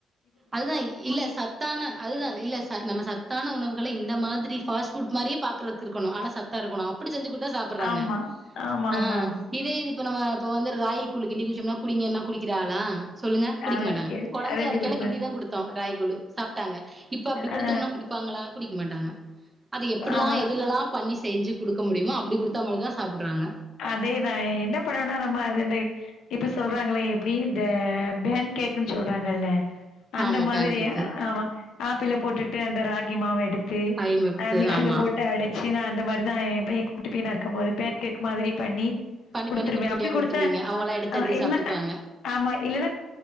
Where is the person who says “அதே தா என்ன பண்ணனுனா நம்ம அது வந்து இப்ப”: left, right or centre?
Left